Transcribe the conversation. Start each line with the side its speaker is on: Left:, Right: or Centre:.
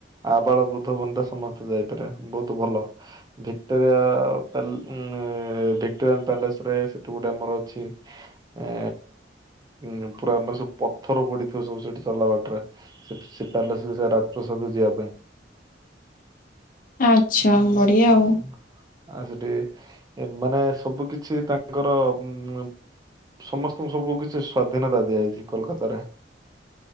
Right: ଆବାଳ ବୃଦ୍ଧ ବନିତା ସମସ୍ତେ ଯାଇପାରିବେ, ବହୁତ ଭଲ। ଭିକ୍ଟୋରିଆ ପ୍ୟାଲେ ଉଁ ଭିକ୍ଟୋରିଆଙ୍କ ପ୍ୟାଲେସରେ ସେଠୁ ଗୋଟେ ଆମର ଅଛି ଏ ଉମ୍ ପୁରା ଆମର ସବୁ ପଥର ପଡିଥିବ ସବୁ ସେଠି ଚଲାବାଟରେ। ସେପ୍ ସେ ପ-ପ୍ୟାଲେସକୁ ସେ ରାଜପ୍ରସାଦକୁ ଯିବା ପାଇଁ।
Left: ଆଚ୍ଛା
Right: ଉଁ
Left: ବଢିଆ
Right: ଉଁ,
Left: ଆଉ।
Right: ଆଉ ସେଠି ମାନେ ସବୁ କିଛି ତାଙ୍କର ଉମ୍ ସମସ୍ତଙ୍କୁ ସବୁ କିଛି ସ୍ଵାଧୀନତା ଦିଆଯାଇଛି କୋଲକାତାରେ।